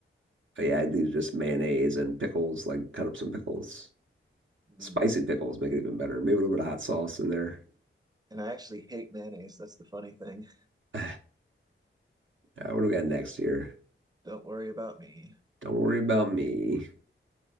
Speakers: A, on the right; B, on the right.
A: Oh, yeah, I do just mayonnaise and pickles, like cut up some pickles.
B: mm.
A: Spicy pickles make it even better. Maybe a little bit of hot sauce in there.
B: And I actually hate mayonnaise. That's the funny thing.
A: <sighs> All right, what do we got next here?
B: <laughs> Don't worry about me.
A: Don't worry about me.